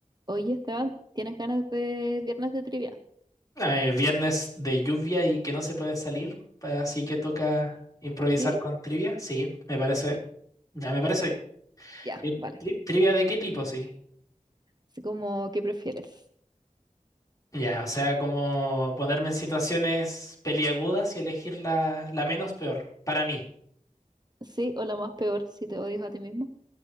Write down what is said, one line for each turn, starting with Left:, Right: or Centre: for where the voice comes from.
Right: Oye, Esteban, ¿tienes ganas de viernes de trivia?
Left: Eh, viernes de lluvia y que no se puede salir, pa- así que toca improvisar
Right: ¿Trivia?
Left: con trivia. Sí, me parece,
Right: Eh, sí,
Left: ya me parece
Right: ya,
Left: bien. Eh,
Right: vale.
Left: tri- ¿Trivia de qué tipo? Sí.
Right: Así como, ¿qué prefieres?
Left: Ya, o sea, como ponerme en situaciones peliagudas y elegir la, la menos peor, para mí.
Right: Sí, o la más peor, si te odias a ti mismo.